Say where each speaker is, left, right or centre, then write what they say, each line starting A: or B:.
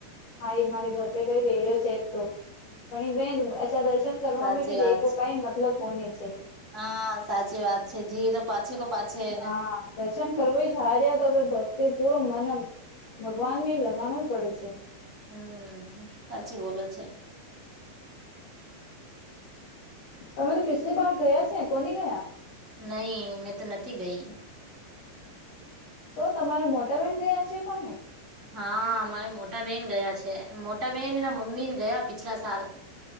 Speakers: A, on the left; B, on the right.
A: હાાઈ મારે ઘર પ કઈ વેર્યો છે જ તો પણણી બેન અ્ા દર્શન કરવા
B: સાચી
A: ભી
B: વાત
A: દેખલો
B: છે
A: કઈ મતલબ કોને છે.
B: હા સાચી વાત છે જી તો પાછે કો પાછેને
A: હા દર્શન કર જ હાર્યા તો હ ભક્તિ પૂરો મને ભગવાન ને લગાણો જ પડે છે.
B: હમ સાચી બોલો છે.
A: તમે તો પછલી બાર ગયા છે કોની ગયા
B: નહી મેં તો નથી ગઈ
A: તો તમારે મોટાાવેન ગયા છે પણ ને.
B: હા અમારે મોટા બેહેન ગયા છે મોટા બેહેન એના મમ્મી ને ગયા પિછલા સાલ